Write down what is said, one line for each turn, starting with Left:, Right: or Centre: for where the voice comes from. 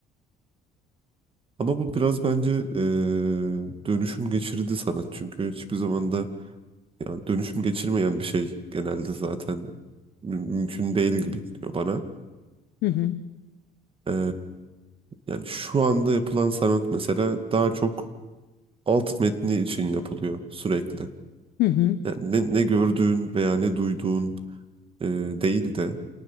Right: Ama bu biraz bence e, dönüşüm geçirdi sanat. Çünkü hiçbir zaman da yani dönüşüm geçirmeyen bir şey genelde zaten mü- mümkün değil gibi geliyor bana.
Left: Hı hı.
Right: E, yani şu anda yapılan sanat mesela daha çok alt metni için yapılıyor sürekli.
Left: Hı hı.
Right: Yani ne, ne gördüğün veya ne duyduğun e, değil de